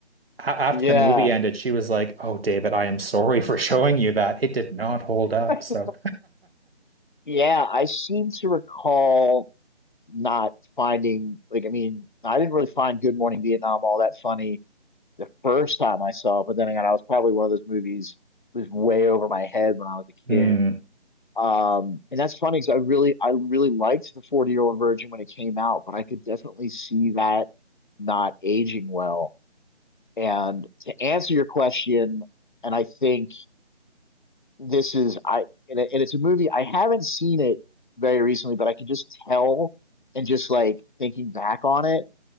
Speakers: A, on the right; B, on the left.
A: A- after
B: yeah,
A: the movie ended, she was like, "Oh, David, I am sorry for showing you that. It did not hold
B: <laughs>
A: up." So,
B: yeah. I seem to recall not finding like I mean I didn't really find Good Morning Vietnam all that funny the first time I saw it, but then again, I was probably one of those movies that was way over my head when I was a
A: <laughs> hmm.
B: kid. Um, and that's funny because I really, I really liked the 40 year old virgin when it came out, but I could definitely see that not aging well. And to answer your question, and I think this is, I, and, it, and it's a movie, I haven't seen it very recently, but I can just tell and just like thinking back on it